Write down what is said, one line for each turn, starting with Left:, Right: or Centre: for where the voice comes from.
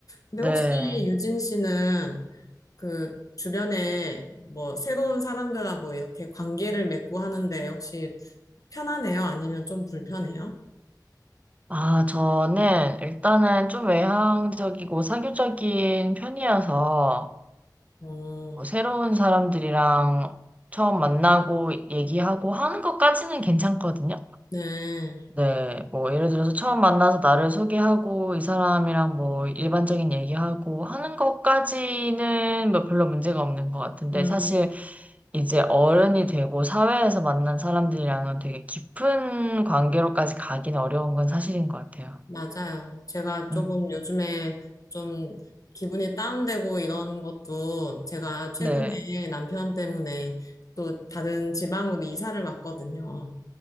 Left: 근데
Right: 네.
Left: 혹시 유진 씨는 그 주변에 뭐 새로운 사람들하고 이렇게 관계를 맺고 하는데 혹시 편하네요? 아니면 좀 불편해요?
Right: 아, 저는 일단은 좀 외향적이고 사교적인 편이어서
Left: 어,
Right: 뭐 새로운 사람들이랑 처음 만나고 얘기하고 하는 것까지는 괜찮거든요.
Left: 네.
Right: 네, 뭐 예를 들어서 처음 만나서 나를 소개하고 이 사람이랑 뭐 일반적인 얘기하고 하는 것까지는 뭐 별로 문제가 없는 것 같은데
Left: 음,
Right: 사실 이제 어른이 되고 사회에서 만난 사람들이랑은 되게 깊은 관계로까지 가긴 어려운 건 사실인 것 같아요.
Left: 맞아요. 제가 조금
Right: 음.
Left: 요즘에 좀 기분이 다운되고 이런 것도 제가 최근에
Right: 네.
Left: 남편 때문에 또 다른 지방으로 이사를 왔거든요.